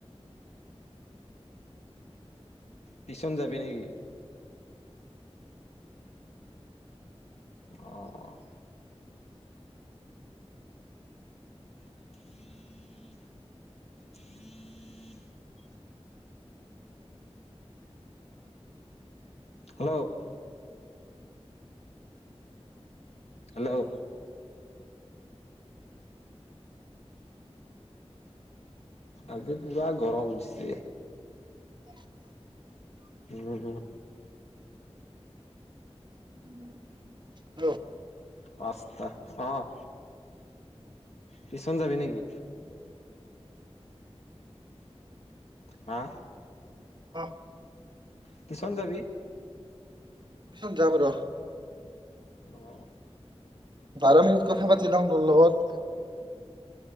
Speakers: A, on the left; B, on the right.
A: টিচন যাবি নেকি? অ'। <unintelligible> হেল্ল' হেল্ল' আজি পুৰা গৰম দিছি।
B: উ <inaudible>
A: উম।
B: উম।
A: পাাস্তা অ'। টিউচন যাবি নেকি? হা?
B: অ'
A: টিউচন যাবি?
B: টিচত যাম ৰ।
A: আহ।
B: বাৰ মিনিট কথা পাতি লওঁ তোৰ লগত।